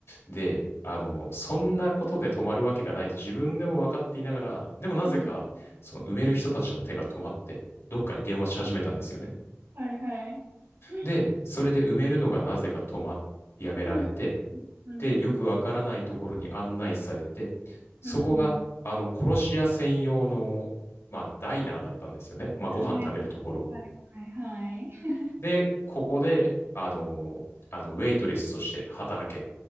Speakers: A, on the left; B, on the right.
A: で、あの、そんなことで止まるわけがないと自分でも分かっていながら、でもなぜか、
B: うん、
A: その埋める人たちの手が止まって、どっかに電話し始めたんですよね。
B: はい、はい。うん、
A: で、それで埋めるのがなぜか止まっ、やめられて、
B: うん、うん、
A: で、よくわからないところに案内されて、
B: うん、
A: そこが、
B: うん、うん。
A: あの、殺し屋専用の、まあ、ダイナーだったんですよね。まあ、
B: はい、
A: ご飯食べるところ。
B: はい、はい、はい。
A: で、ここで、あの、あの、ウェイトレスとして働けっ